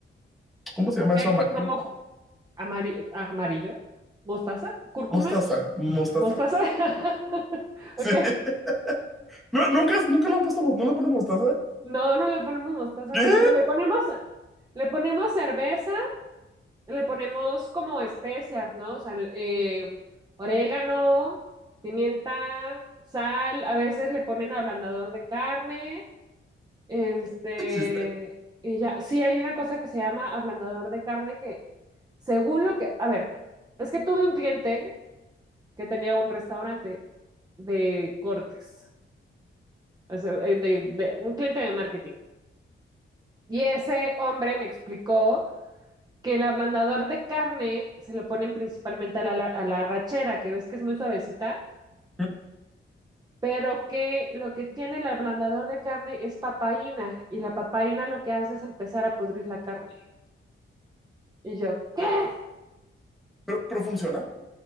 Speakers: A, in the centre; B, on the right (about 20°).
A: ¿cómo se llama
B: ¿Qué?
A: eso amarillo?
B: ¿Cómo? Amari- amarillo, mostaza, cúrcuma,
A: Mostaza, mostaza.
B: mostaza. <laughs>
A: Sí.
B: Ok.
A: <laughs> No, nunca, nunca le han puesto, mo- no le ponen mostaza.
B: No, no le ponemos mostaza,
A: ¿Qué?
B: nosotros le ponemos, le ponemos cerveza, le ponemos como especias, ¿no? O sea, eh, orégano, pimienta, sal, a veces le ponen ablandador de carne Este,
A: ¿Existe?
B: y ya, sí hay una cosa que se llama ablandador de carne que, según lo que, a ver, es que tuve un cliente que tenía un restaurante de cortes, o sea, eh, de, de- un cliente de marketing. Y ese hombre me explicó que el ablandador de carne se lo ponen principalmente a la, la- a la arrachera, que ves que es muy suavecita,
A: ¿Mm?
B: pero que lo que tiene el ablandador de carne es papaína, y la papaína lo que hace es empezar a pudrir la carne. Y yo, ¿qué?
A: Pero, pero funciona